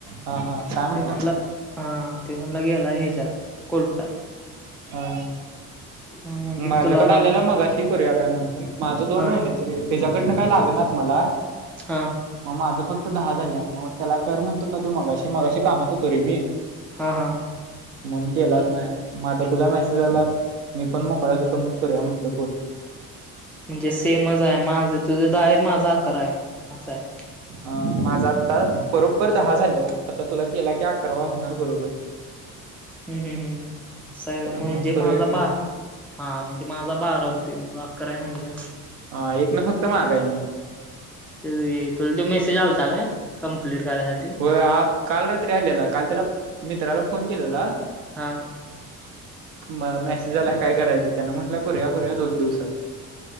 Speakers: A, on the right (about 60°); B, in the centre.
A: हा हा. काय म्हंटला?
B: ते म्हणला हा ते म्हणला गेला ह्याच्यात कोर्टात.
A: हा.
B: मग म्हणलो
A: माझ्याकडे
B: तुला लावूया
A: आल्याला मघा ती. करूया काय म्हणून माझं दोन
B: हा
A: राहिले त त्याच्याकडनं काय लागेनात मला.
B: हां.
A: मग माझं फक्त दहा झालंत. मग त्याला कर म्हणत होता ते मगाशी. मगाशी कामात होतो रे मी
B: हा हा.
A: म्हण केलाच नाही. मग आता तुझा मेसेज झाला. पण मोकळाच होतो मण करू या म्हटलं फोन.
B: म्हणजे सेमच आहे माझं तुझं दहा आहे माझा अकरा आहे असा आहे.
A: अ माझा आता बरोबर दहा झाल्यात आता तुला केला की अकरावा होणार बरोबर.
B: हम्म हम् हम्म असं आहे
A: त्यामुळे
B: म्हणजे
A: करूया
B: माझा
A: की
B: बा. हा म्हणजे माझा बारा होते मग अकरा आहे म्हणल्या
A: हा एक ना फक्त माग हाय मी.
B: त तुला ते मेसेज आलत ना कम्प्लीट करायसाठी.
A: हो काल रात्री आलेला काल त्याला मित्राला फोन केलेला.
B: हा.
A: म मेसेज आलाय काय करायचं त्याना म्हटलं करूया करूया दोन दिवसात.